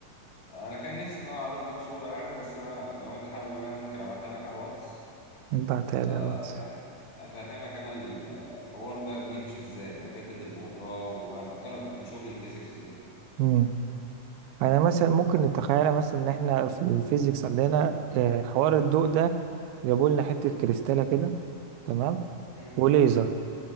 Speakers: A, on the left; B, on the right.
A: انا كان نفسي ان انا اعرض لك صوره يعني بس انا لو انت حابب ان انا ممكن ابعتها لك على الواتس
B: ابعتها
A: آه،
B: لي على الواتس
A: يعني افهمك انا ال- الحوار ده بيمشي ازاي وحته البؤره وافكرك بشغل الفيزيكس ده
B: مم. انا مثلا ممكن نتخيل مثلا ان احنا في الفيزيكس عندنا آه، حوار الضوء ده جابوا لنا حته كريستاله كده تمام
A: مم.
B: وليزر